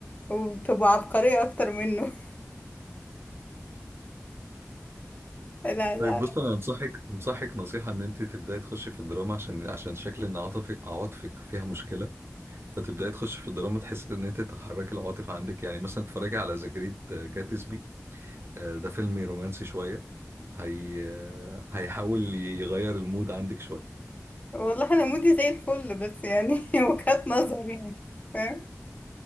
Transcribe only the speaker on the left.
وبتبقى عبقرية اكتر منه <laughs> لا لا
والله انا مودي زي الفل بس يعني <laughs> وجهات نظر يعني فاهم